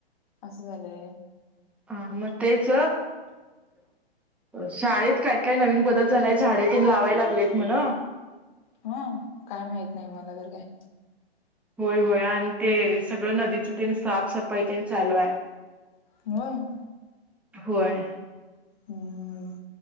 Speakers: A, on the left; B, in the centre.
A: असं झाले
B: हा मग तेच शाळेत काय काय नवीन बदल झालाय झाडे त लावायला लागलेत म्हणा
A: हा काय माहत नाही मला तर काही
B: होय होय आणि ते सगळं नदीची ते साफसफाई ते चालू आहे
A: ह
B: होय
A: ह्